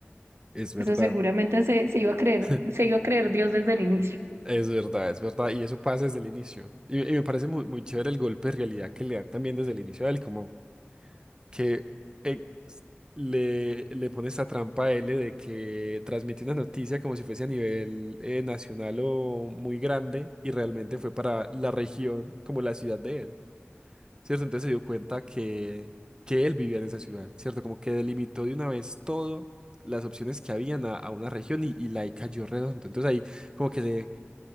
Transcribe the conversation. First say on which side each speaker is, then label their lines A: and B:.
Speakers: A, on the right (about 20°); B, on the right (about 75°).
A: es verdad.
B: eso seguramente se, se iba a creer,
A: <laughs>
B: se iba a creer Dios desde el inicio.
A: Es verdad, es verdad. Y eso pasa desde el inicio. Y, y me parece muy, muy chévere el golpe de realidad que le dan también desde el inicio a él, como que eh, s- le, le pone esta trampa a él de que transmite una noticia como si fuese a nivel eh, nacional o muy grande y realmente fue para la región, como la ciudad de él, ¿cierto? Entonces se dio cuenta que, que él vivía en esa ciudad, ¿cierto? Como que delimitó de una vez todo las opciones que habían a, a una región y, y la ahí cayó redondo. Entonces ahí como que se